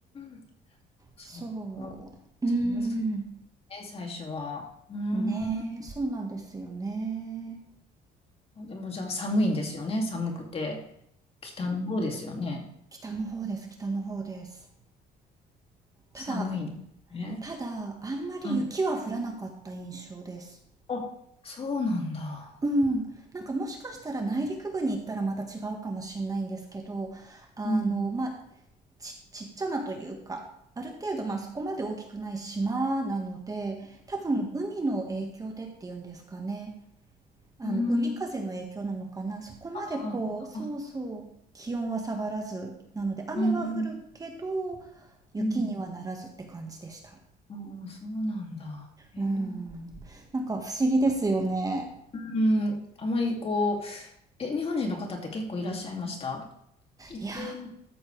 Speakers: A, on the left; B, on the right.
A: ん。そっか。
B: そう。
A: じゃあ難しい
B: うーん。
A: ね、最初は。うん。
B: ねえ、そうなんですよね。
A: でもじゃあ寒いんですよね。寒くて。北の方ですよね。
B: 北の方です、北の方です。ただ、
A: 寒いね。
B: ただ、あんまり雪は降らなかった印象です。
A: はい。あ、そうなんだ。
B: うん、なんかもしかしたら内陸部に行ったらまた違うかもしれないんですけど、あの、
A: うん
B: まあ、ちちっちゃなというか、ある程度、まあ、そこまで大きくない島なので、多分海の影響でっていうんですかね。
A: うん。
B: あの、
A: うん。
B: 海風の影響なのかな。そこまでこうそうそう、
A: ああ、
B: 気温は下がらず、なので雨は降るけど、
A: うん。
B: 雪にはならずって感じでした。
A: うん。ああ、そうなんだ。へえ
B: うーん、なんか不思議ですよね。
A: うん。あまりこう、え、日本人の方って結構いらっしゃいました行く、
B: いや。